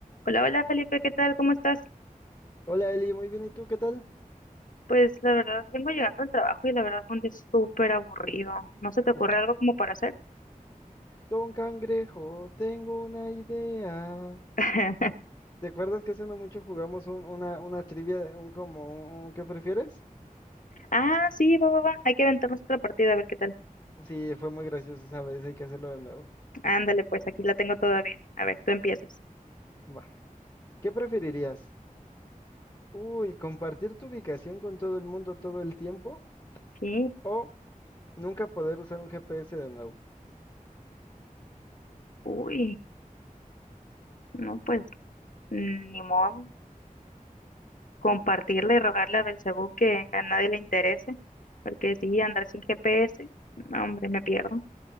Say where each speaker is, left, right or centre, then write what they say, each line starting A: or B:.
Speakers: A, on the left; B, on the left.
A: Hola, hola Felipe, ¿qué tal? ¿Cómo estás?
B: Hola Eli, muy bien, ¿y tú qué tal?
A: Pues la verdad, vengo llegando al trabajo y la verdad fue un día súper aburrido. ¿No se te ocurre
B: Ojo.
A: algo como para hacer?
B: Don Cangrejo, tengo una idea.
A: <laughs>
B: ¿Te acuerdas que hace no mucho jugamos un- una, una trivia, un como un ¿qué prefieres?
A: Ah, sí, va, va, va. Hay que aventarnos otra partida, a ver qué tal.
B: Sí, fue muy gracioso esa vez, hay que hacerlo de nuevo.
A: Ándale, pues aquí la tengo todavía. A ver, tú empiezas.
B: Va. ¿Qué preferirías? Uy, ¿compartir tu ubicación con todo el mundo todo el tiempo?
A: Sí,
B: ¿O nunca poder usar un GPS de nuevo?
A: uy, no, pues mm, ni modo. Compartirle y rogarle a Belcebú que a nadie le interese, porque sí, andar sin GPS, no, hombre, me pierdo.